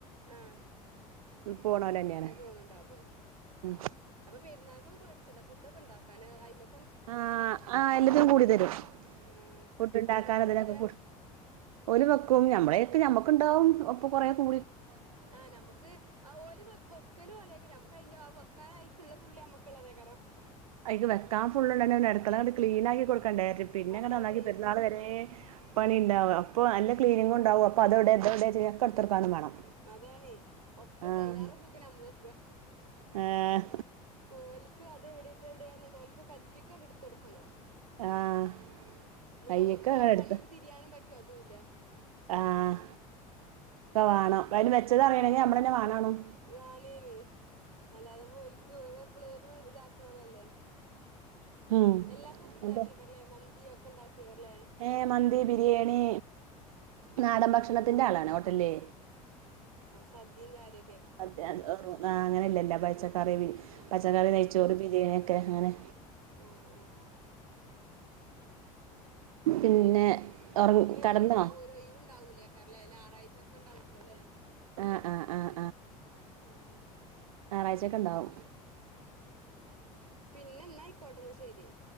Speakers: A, on the right; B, on the right.
A: ആഹ്
B: പോണോലന്നെയാണ്.
A: പോണ് ഇണ്ടാകും.
B: ഉം
A: അപ്പൊ പെര്ന്നാക്കൊന്നും പേട്ച്ചണ്ട ഫുഡൊക്കെ ഇണ്ടാക്കാന് അയ്മ
B: ആഹ് ആഹ് എല്ലത്തിനും കൂടി തെരും
A: ആഹ്
B: ഫുഡ് ഇണ്ടാക്കാനുതിനൊക്കെ
A: ഓലന്നെ വെക്കാ
B: കൂടും ഓല് വെക്കും ഞമ്മളെയേക്ക് നമ്മക്ക്ണ്ടാവും ഒപ്പ കൊറേ കൂ
A: ആഹ് നമ്മക്ക് ആഹ് ഓല് വെ വെക്കല് ഓലേക്കാരം അമ്മക്ക് അയ്ന്റെ അഹ് വെക്കാന് അയ്ക്ക്ള്ളെ ഫുള്ള് യമ്മക്ക്ള്ളതെയ്ക്കാരം
B: അയ്ക്ക് വെക്കാൻ ഫുള്ള്ണ്ട് അയ്ന് അഹ് നെരത്ത്ണതാണ്ട് ക്ലീനാക്കി കൊടുക്കണ്ടേ <unintelligible> ച്ചും പിന്നെ
A: അതാണേ
B: അങ്ങനെ നന്നാക്കി പെരുന്നാള് വെരേ പണി ഇണ്ടാവ അപ്പൊ നല്ല ക്ലനിങ്ങുണ്ടാവും അപ്പൊ അതെവ്ടെ ഇതെവ്ടെ ചോയ്ച്ച ഒക്കെ ഇട്ത്തൊട്ക്കാനും മാണം
A: അതണെയ് ഒപ്പ ക്ക്
B: ആഹ്
A: അയ്ലാറെ സുഖം നമ്മ്ള് വെക്ക.
B: ഏഹ്
A: ഓൽക്ക് അതെവ്ടെ ഇതവ്ടെ ന്ന്ണ്ടോ ഓൽക്ക് കയ്യീക്കാണ്ട് ഇട്ത്തൊട്ക്കണം
B: ആഹ്
A: ന്നാ
B: കയ്യ്ക്ക്
A: ഞമ്മക്ക് വേറെ
B: എടുത്ത്
A: പണിമെക്ക് തിരിയാനും പറ്റോ അതുംല്ല.
B: ആഹ് ക്കവാണം അയ്ന് വെച്ചതറിയേണെങ്കി നമ്മളെന്നെ വാണേണും
A: വാണേയ്നി അല്ലാതെപ്പൊ ഓൽക്ക് എപ്പളേലും ഇതാക്ക്ണതല്ലേ.
B: ഉം
A: എല്ലാ ഫുഡ്ഡും ഇണ്ടാക്കെയ്ക്കാരംല്ലേ
B: അതെ
A: മന്തി ഒക്കെ ഇണ്ടാക്കെയ്ക്കാരം ല്ലേ
B: ഏഹ് മന്തി ബിരിയാണി നാടൻ
A: ഉം
B: ഭക്ഷണത്തിന്റെ ആളാണ് ഹോട്ടൽല്.
A: സദ്യിം കാര്യ
B: സദ്യ <unintelligible> ആഹ് അങ്ങനെ അല്ലെ എല്ലാ പച്ചക്കറിന്റിം പച്ചക്കറി
A: ആഹ്
B: നെയ്ച്ചോറ് ബിരിയാണിക്കെ അങ്ങനെ
A: ആഹ് ആഹ്
B: പിന്നെ ഉറ
A: അപ്പൊ എന്നും
B: കടന്നോ
A: ഇണ്ടാവൊ ഒരൊഴ് വ് ഇണ്ടാവൂലേക്കാരംല്ലേ ഞറാഴ്ച ഒക്കെ ഇണ്ടാവോലോല്ലേ
B: ആഹ് ആഹ് ആഹ്
A: ഉം
B: ഞറാഴ്ചെക്കെ ഇണ്ടാവും.
A: പിന്നെ ന്നാ ആയ്ക്കോട്ടെ ന്നാ ശെരി.